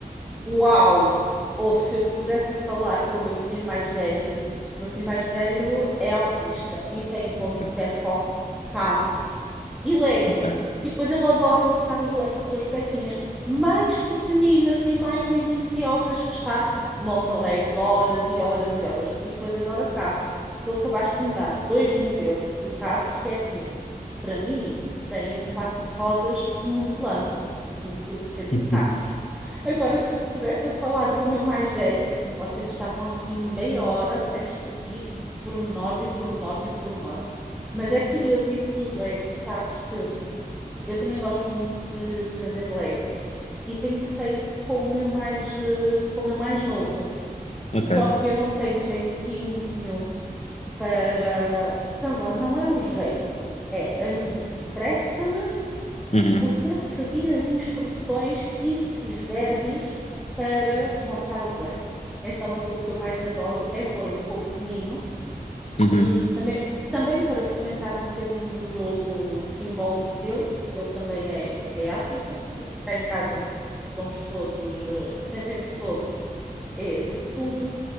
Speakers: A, in the centre; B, on the left.
A: Uau! Ouve, se eu te pusesse a falar com o meu filho mais velho, o meu filho mais velho é autista e tem como
B: Ok,
A: hiperfoco carros e legos.
B: ok,
A: E depois ele adora montar os legos com as pecinhas mais pequeninas e mais minuciosas que está. Monta legos horas e horas e horas. E depois adora carros. Tu acabaste de me dar dois modelos de carros que é assim: para mim, têm quatro rodas e um volante. É tudo o que eu percebo
B: <laughs>
A: de carros. Agora, se eu te pusesse a falar com o meu mais velho, vocês estavam aqui meia hora a discutir pormenores e pormenores e pormenores. Mas é curioso isso dos Legos, sabes que eu também gosto muito de fazer Legos e tenho feito com o meu mais, eh, com o meu mais novo.
B: ok.
A: Só que eu não tenho jeitinho nenhum para. Vamos lá, não é o jeito. É, a mim estressa-me
B: Uhum,
A: o ter que seguir as instruções ipsis verbis para montar os legos. Então aquilo que eu mais adoro é pôr-me com o pequenino
B: uhum,
A: e também, também para fomentar um bocadinho o jogo simbólico dele, porque ele também é, também é autista. Pronto, aqui cá em casa somos todos, eh, pertencemos todos a esse clube